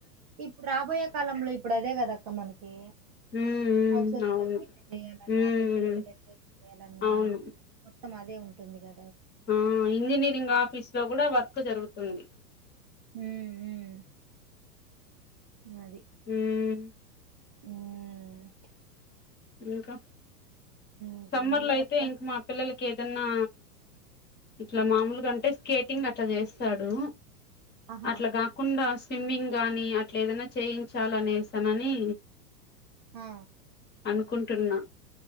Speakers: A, on the right; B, on the left.
A: ఇప్పుడు రాబోయే కాలంలో ఇప్పుడు అదే కదక్క మనకి
B: మ్మ్
A: హౌసెస్
B: మ్మ్ అవును
A: డెరేషన్యాలన్నా
B: మ్మ్
A: పెళ్ళిలకి డెరేషన్ చేయాలి అన్న
B: అవును
A: మొత్తం అదే ఉంటుంది గా
B: ఆ ఇంజనీరింగ్ ఆఫీస్ లో కూడా వర్క్ జరుగుతుంది
A: మ్మ్ మ్మ్ అది
B: మ్మ్
A: హ్మ
B: ఇంకా
A: ఇంకేముండదక్క
B: సమ్మర్ లో అయితే ఇంకా మా పిల్లలకి ఏ ఆ ఇట్లా మామూలుగాంటే స్కేటింగ్ అట్లా చేస్తాడు
A: ఆహా
B: అట్లా కాకుండా స్విమ్మింగ్ గాని అట్ల ఏదైనా చేయించాలనేసానని
A: ఆ
B: అనుకుంటున్నా